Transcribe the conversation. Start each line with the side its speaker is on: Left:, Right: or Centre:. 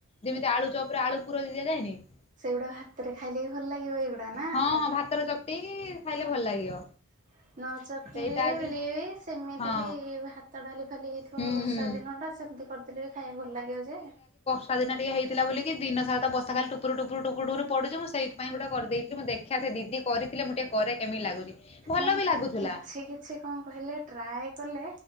Left: ଯେମିତି ଆଳୁ ଚପ ରେ ଆଳୁ ପୁର ଦିଆଯାଏନି ତା
Right: ସେଗୁଡା ଭାତରେ ଖାଇଲେ ବି ଭଲ ଲାଗିବ ଏଗୁଡା ନା
Left: ହଁ ହଁ ଭାତର ଚକଟିକି ଖାଇଲେ
Right: ନ
Left: ଭଲ ଲାଗିବ।
Right: ଚକିଲେ
Left: ସେଇଟା ଆଜି
Right: ବିଲେଇବି ସେମିତି
Left: ହଁ
Right: ବି ଭା - ତ ଡାଲି ଫାଲି ହେଇଥିବ
Left: ହୁଁ
Right: ବର୍ଷା
Left: ହୁଁ
Right: ଦିନଟା ସେମିତି କରିଥିଲେ ବି ଖାଇବା ଭଲ ଲାଗିବ ଯେ
Left: ସାଦିନ ଟିକେ ହେଇଥିଲା ବୋଲି ଦିନ ସାରା ତ ବର୍ଷା ଖାଲି ଟୁପୁରୁ ଟୁପୁରୁ ଟୁପୁରୁ ଟୁପୁରୁ ପଡୁଛି ମୁଁ ସେଇଥି ପାଇଁ ଗୋଟେ କରିଦେଇ- ମୁଁ ଦେଖା ଯେ ଦିଦି କରିଥିଲେ ମୁଁ ଟିକେ କରେ କେମିତି ଲାଗୁଛି? ଭଲ
Right: ନାଇଁ
Left: ବି ଲାଗୁଥିଲା
Right: କିଛି କିଛି କଣ କହିଲେ ଟ୍ରାଏ କଲେ